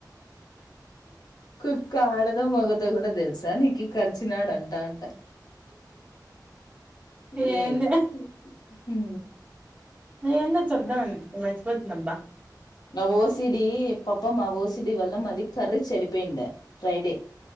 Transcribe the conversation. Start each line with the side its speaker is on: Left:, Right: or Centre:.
Left: కుక్క ఆడదో మగదో కూడా తెలుసా నీకి కర్చినాడంట అంట. యేం
Right: ఏందో
Left: హు
Right: ఏదన్న చెబ్దామని మర్చిపోత్నాన్బ.
Left: అవోసిడి పాపం ఆవోసిడి వల్ల మాది కర్రీ చెడిపోయిండ ఫ్రైడే.